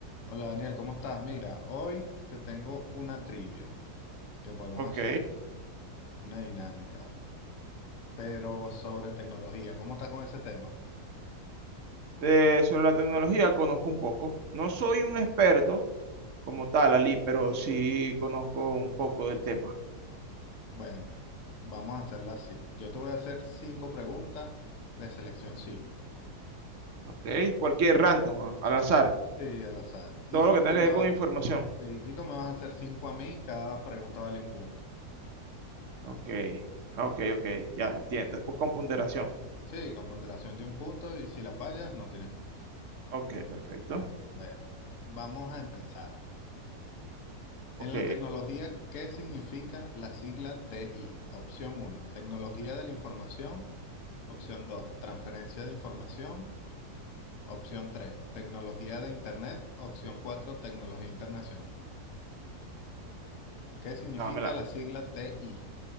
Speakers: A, on the left (about 55°); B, on the right (about 60°).
A: Hola Daniel, ¿cómo estás? Mira, hoy te tengo una trivia que podemos
B: Ok.
A: hacer, una dinámica, pero sobre tecnología. ¿Cómo estás con ese tema?
B: Eh, sobre la tecnología conozco un poco. No soy un experto como tal, Ali, pero sí conozco un poco del tema.
A: Bueno, vamos a hacerla así. Yo te voy a hacer cinco preguntas de selección simple,
B: Ok. Cualquier random, ah, al azar.
A: sí, al azar. Y
B: Todo lo que tenga
A: tú me
B: que ver
A: vas,
B: con información.
A: sí, y tú me vas a hacer cinco a mí, cada pregunta vale un punto.
B: Ok. Ah, Ok, ok. Ya entiendo. Es por- con ponderación.
A: Sí, con ponderación de un punto y si la fallas no tienes punto.
B: Ok, perfecto.
A: Bueno, vamos a empezar.
B: Ok,
A: En la tecnología, ¿qué significa la sigla TI? Opción uno, tecnología de la información. Opción 2, transferencia de información. Opción 3, tecnología de Internet. Opción 4, tecnología internacional. ¿Qué significa
B: dámela.
A: la sigla TI?